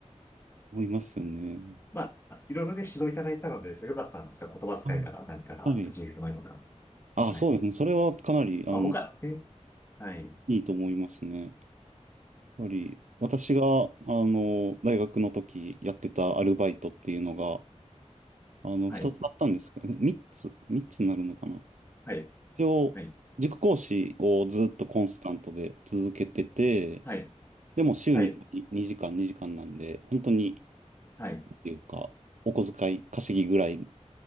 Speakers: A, on the right; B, on the left.
A: 思いますよね。
B: まあ、いろいろね、指導いただいたので、それ良かったんですよ。言葉遣いから何から立ち入り前とか。
A: あ、あはい。あ、
B: はい。
A: そうですね。それはかなり、あの、
B: まあ、僕は、え、はい、
A: いいと思いますね。やっぱり、私が、あの、大学の時やってたアルバイトっていうのが、あの、
B: はい、
A: 二つあったんですけど、三つ、三つになるのかな。
B: はい、
A: 一応、
B: はい、
A: 塾講師をずっとコンスタントで続けてて、
B: はい、
A: でも週に2時間、
B: はい、
A: 2時間なんで、本当に、
B: はい、
A: ていうか、お小遣い稼ぎぐらい